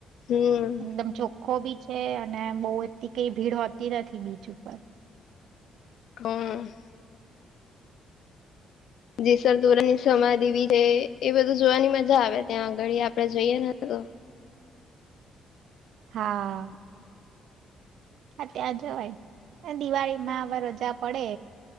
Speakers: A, on the left (about 70°); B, on the right (about 75°).
A: હમ
B: એકદમ ચોખ્ખો બી છે, અને બહુ એટલી કઈ ભીડ હોતી નથી બીચ ઉપર
A: હ જેસલ તોરલ ની સમાધિ વી છે એ બધું જોવાની મજા આવે ત્યાં આગળ આપડે જઈએ ને તો
B: હા. હા ત્યાં જવાય. દિવાળી માં હવે રજા પડે.